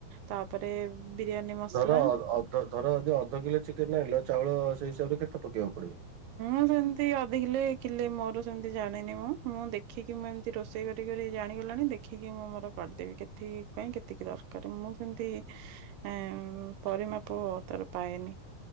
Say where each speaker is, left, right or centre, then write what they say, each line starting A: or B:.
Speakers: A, on the right (about 85°); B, on the right (about 70°).
A: ତାପରେ। ବିରିୟାନୀ ମସଲା
B: ଧର ଅ ଧର ଯଦି ଅଧ କିଲୋ ଚିକେନ ଆଣିଲ ଚାଉଳ ସେଇ ହିସାବରେ କେତେ ପକେଇବାକୁ ପଡିବ?
A: ମୁଁ ସେମିତି ଅଧ କିଲୋ କିଲେ ମୋର ସେମିତି ଜାଣିନି ମୁଁ ମୁଁ ଦେଖିକି ମୁଁ ଏମିତି ରୋଷେଇ କରି କରି ଜାଣିଗଲାଣିି ଦେ ଦେଖିକି ମୁଁ ମୋର କରିଦେବି କେଥିପାଇଁ କେତିକି ଦରକାର ମୁଁ ସେମିତି। ଏମ୍ ପରିମାପ ତାର ପାଏନି।